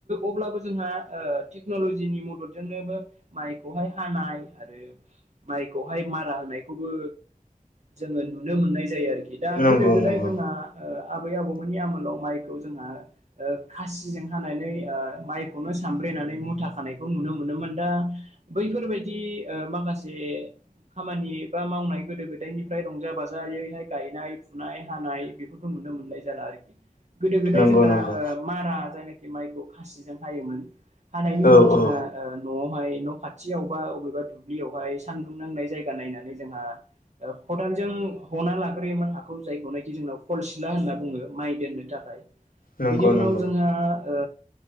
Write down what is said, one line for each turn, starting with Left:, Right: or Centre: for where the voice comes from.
Right: अब्लाबो जोंहा ओ टेक्न'लजिनि मददजोंनोबो माइखौहाय हानाय आरो माइखौहाय मारा होनायखौबो जोङो नुनो मोननाय जायो आरोखि। दा
Left: नंगौ
Right: गोदो गोदाय
Left: नंगौ
Right: जोंहा ओ आबै आबौ मोननि आमोलाव माइखौ जोंहा ओ खासिजों हानानै ओ माइखौनो फानब्रेनानै मुथा खानायखौ नुनो मोनोमोन दा बैफोरबायदि ओ माखासे खामानि एबा मावनाय गोदो गोदायनिफ्राय रंजा बाजायैहाय गायनाय फुनाय हानाय बेफोरखौ नु नुनो मोननाय जाला आरोखि गोदो गोदाय
Left: नंगौ
Right: जोंहा
Left: नंगौ
Right: ओ मारा जायनाखि माइखौ खासिजों हायोमोन हानायनि उनाव
Left: औ
Right: जोंहा
Left: औ
Right: ओ न'आव बेहाय न' खाथियाव बा अबेबा दुब्लियावहाय सानदुं नांनाय जायगा नायनानै जोंहा खदालजों हना लाग्रोयोमोन हाखौ जायखौनाखि जोंनाव खलसिला होनना बुङो माइ दोननो थाखाय।
Left: नंगौ
Right: बिनि उनाव
Left: नंगौ
Right: जोंहा ओ